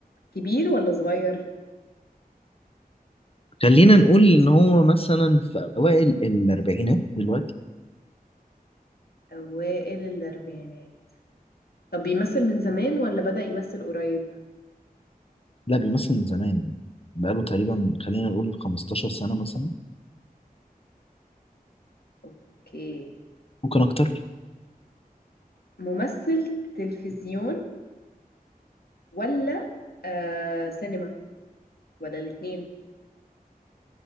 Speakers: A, on the left; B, on the left.
A: كبير ولا صغير
B: خلينا نقول ان هو مثلا في اوائل الاربعينات دلوقتي
A: اوائل الاربعينات طب بيمثل من زمان ولا بدأ يمثل قريب
B: لا بيمثل من زمان بقاله تقريبا خلينا نقول 15 سنة مثلا
A: اوكي
B: ممكن اكتر
A: ممثل تلفزيون ولا آه سينما ولا الاتنين